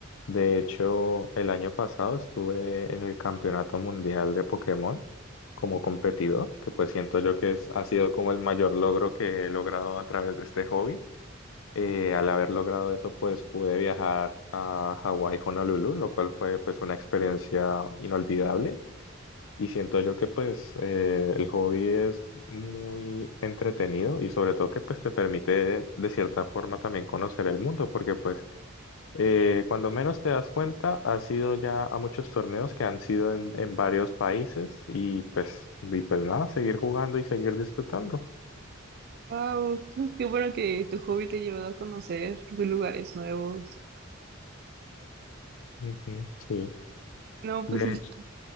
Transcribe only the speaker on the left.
De hecho, el año pasado estuve en el Campeonato Mundial de Pokémon como competidor, que pues siento yo que es- ha sido como el mayor logro que he logrado a través de este hobby. Eh, al haber logrado eso, pues pude viajar a Hawái, Honolulu, lo cual fue pues una experiencia inolvidable. Y siento yo que pues eh, el hobby es muy entretenido y sobre todo que pues te permite de cierta forma también conocer el mundo, porque pues eh, cuando menos te das cuenta, has ido ya a muchos torneos que han sido en, en varios países y pues, y pues nada, seguir jugando y seguir disfrutando.
Ujú, sí.
De
hecho.